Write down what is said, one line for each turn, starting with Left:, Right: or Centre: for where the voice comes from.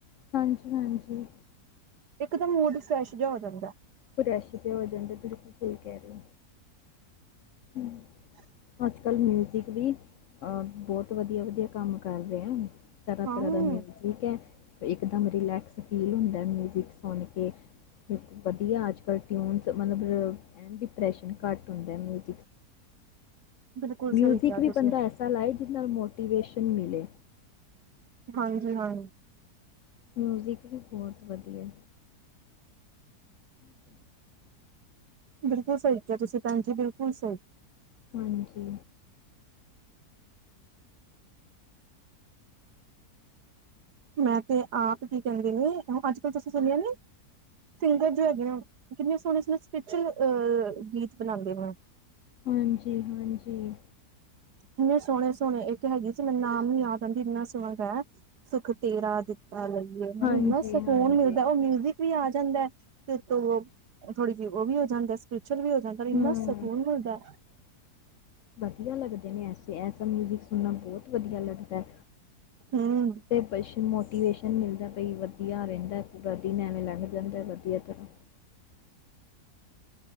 Left: ਹਾਂਜੀ-ਹਾਂਜੀ।
Right: ਇੱਕ ਦਮ ਮੂਡ ਫ੍ਰੈਸ਼ ਜਾ ਹੋ ਜਾਂਦੈ।
Left: ਫ੍ਰੈਸ਼ ਜਾ ਹੋ ਜਾਂਦੈ, ਬਿਲਕੁਲ ਸਈ ਕੈ ਰੇ ਓ। ਹੂੰ।
Right: <inaudible>
Left: ਆੱਜ-ਕਾੱਲ ਮਿਊਜ਼ਿਕ ਵੀ ਅ, ਬੋਤ ਵਦੀਆ-ਵਦੀਆ ਕਾੰਮ ਕਾਰ ਰਏ ਆ। ਤਰਾ
Right: ਹਾਂ
Left: ਤਰਾ ਦਾ ਮਿਊਜ਼ਿਕ ਐ, ਏਕ ਦਮ ਰਿਲੈਕਸ ਫੀਲ ਹੁੰਦੈ ਮਿਊਜੀ਼ਕ ਸੁਣ ਕੇ। ਬਿਲਕੁਲ ਬਦੀਆ ਆੱਜ-ਕਾਲ ਟਿਊਨਸ ਮਲਬ, ਐਨ ਡਿਪ੍ਰੈਸ਼ਨ ਘਾੱਟ ਹੁੰਦੈ ਮਿਊ <unintelligible>
Right: ਬਿਲਕੁਲ
Left: ਮਿਊਜ਼ਿਕ
Right: ਸਹੀ ਕਿਹਾ
Left: ਵੀ
Right: ਤੁਸੀਂ
Left: ਬੰਦਾ ਐਸਾ ਲਾਏ ਜਿਦੇ ਨਾਲ ਮੋਟੀਵੇਸ਼ਨ ਮਿਲੇ।
Right: ਹਾਂਜੀ, ਹਾਂ।
Left: ਮਿਊਜ਼ਿਕ ਵੀ ਬੋਹਤ ਵਦੀਐ। ਅਤੇ <unintelligible>
Right: ਬਿਲਕੁਲ ਸਈ ਕੇਆ ਤੁਸੀਂ ਭੈਨਜੀ, ਬਿਲਕੁਲ ਸਈ।
Left: ਹਾਂਜੀ।
Right: ਮੈਂ ਤੇ ਆਪ ਕੀ ਕੋਂਦੇ ਨੇ ਅ ਆਜ-ਕਾੱਲ ਤੁਸੀਂ ਸੁਨੇਆ ਨੀ, ਸਿੰਗਰ ਜੋ ਹੈਗੇ ਆਂ ਕਿੰਨੇ ਸੋਣੇ-ਸੋਣੇ ਸਿਪਚਲ ਅ, ਗੀਤ ਬਨਾਂਦੇ ਨੇ।
Left: ਹਾਂਜੀ-ਹਾਂਜੀ।
Right: ਇੰਨੇ ਸੋਣੇ-ਸੋਣੇ ਇੱਕ ਹੈਗੀ ਸੀ, ਮੈਨ ਨਾਮ ਨੀ ਯਾਦ ਆਂਦੀ ਇੰਨਾ ਸੋਣਾ ਗਾਯਾ। ਸੁਖ ਤੇਰਾ ਦਿੱਤਾ ਲਈਏ, ਮੈਨੂੰ
Left: ਹਾਂਜੀ,
Right: ਇੰਨਾ ਸਕੂਨ
Left: ਹਾਂਜੀ,
Right: ਮਿਲਦਾ ਓ ਮਿਊਜ਼ਿਕ ਵੀ ਆ ਜਾਂਦੈ, ਤੇ ਉਤੋਂ ਓ ਥੋੜੀ ਜੀ ਓ ਵੀ ਹੋ ਜਾਂਦੈ <unintelligible> ਵੀ ਹੋ ਜਾਂਦੈ ਔਰ ਇੰਨਾ
Left: ਹੂੰ,
Right: ਸਕੂਨ ਮਿਲਦੈ।
Left: ਵਦੀਆ ਲੱਗਦੇ ਨੇ ਐਸੇ, ਐਸਾ ਮਿਊਜ਼ਿਕ ਸੁਨਾ ਬੋਤ ਵਦੀਆ ਲੱਗਦੈ।
Right: ਹੂੰ।
Left: ਬਸ਼ ਮੋਟੀਵੇਸ਼ਨ ਮਿਲਦਾ ਭਈ, ਵਧੀਆ ਰਹਿੰਦਾ, ਪੂਰਾ ਦਿਨ ਐਵੇਂ ਲੰਘ ਜਾਂਦਾ, ਵਧੀਆ ਤਰ੍ਹਾਂ।